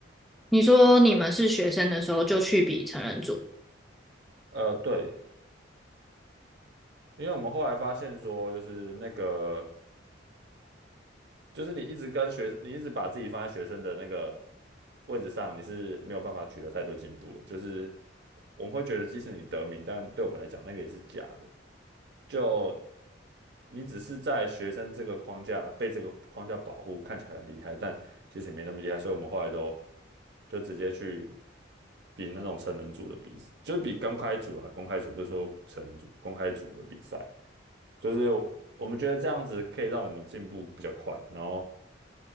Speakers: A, in the centre; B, on the right (about 60°).
A: 你说你们是学生的时候就去比成人组，
B: 呃，对，因为我们后来发现说，就是那个，就是你一直跟学，你一直把自己放在学生的那个位置上，你是没有办法取得太多进步的。就是我们会觉得，即使你得名，但对我们来讲，那个也是假的。就你只是在学生这个框架被这个框架保护，看起来很厉害，但其实也没那么厉害，所以我们后来都就直接去比那种成人组的比，就是比公开组啊，公开组不是说成人组，公开组的比赛，就是我们觉得这样子可以让我们进步比较快，然后